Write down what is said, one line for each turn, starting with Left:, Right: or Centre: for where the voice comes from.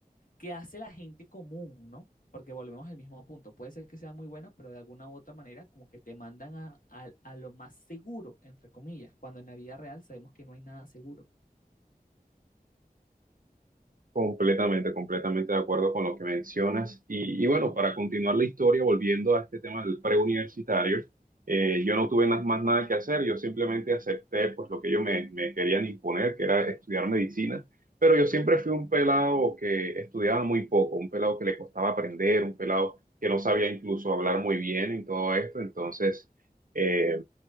Left: que hace la gente común, ¿no? Porque volvemos al mismo punto, puede ser que sea muy bueno, pero de alguna u otra manera como que te mandan a, a, a lo más seguro, entre comillas, cuando en la vida real sabemos que no hay nada seguro.
Right: Completamente, completamente de acuerdo con lo que mencionas. Y, y bueno, para continuar la historia, volviendo a este tema del preuniversitario, eh, yo no tuve na- más nada que hacer, yo simplemente acepté pues lo que ellos me, me querían imponer, que era estudiar medicina, pero yo siempre fui un pelado que estudiaba muy poco, un pelado que le costaba aprender, un pelado que no sabía incluso hablar muy bien y todo esto, entonces... eh,